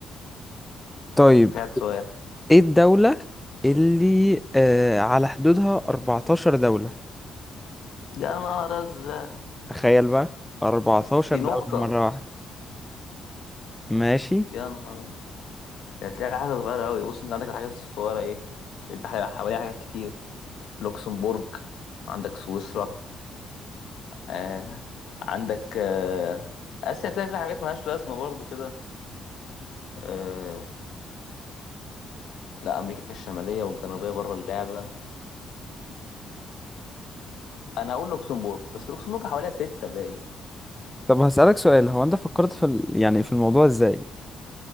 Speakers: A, in the centre; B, on the left.
A: طيب
B: هات سؤال
A: ايه الدولة اللي آه على حدودها 14 دولة
B: يا نهار أزرق
A: تخيل بقى 14
B: دي
A: دولة
B: نقطة
A: مرة واحدة ماشي
B: يا نهار أبيض. ده هتلاقي حاجة صغيرة أوي بص أنت عندك الحاجات الصغيرة ايه يبقى حواليها حاجات كتير لوكسمبورج عندك سويسرا آه. عندك آه. آسيا تلاقي فيها حاجات ملهاش لازمة برضو كده آه، لا امريكا الشماليه والجنوبيه بره اللعبه انا اقول لوكسمبورج بس لوكسمبورج حواليها سته باين
A: طب هسألك سؤال هو انت فكرت في ال... يعني في الموضوع ازاي